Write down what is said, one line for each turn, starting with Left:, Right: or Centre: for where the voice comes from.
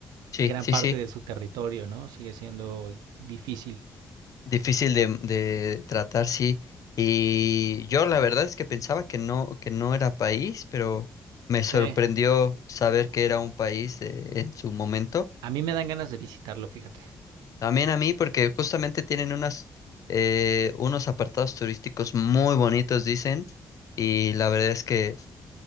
Left: Sí,
Right: y gran
Left: sí,
Right: parte
Left: sí.
Right: de su territorio, ¿no? Sigue siendo difícil.
Left: Difícil de, de tratar, sí. Y yo la verdad es que pensaba que no, que no era país, pero me sorprendió
Right: Sí.
Left: saber que era un país eh, en su momento.
Right: A mí me dan ganas de visitarlo, fíjate.
Left: También a mí, porque justamente tienen unas, eh, unos apartados turísticos muy bonitos, dicen, y la verdad es que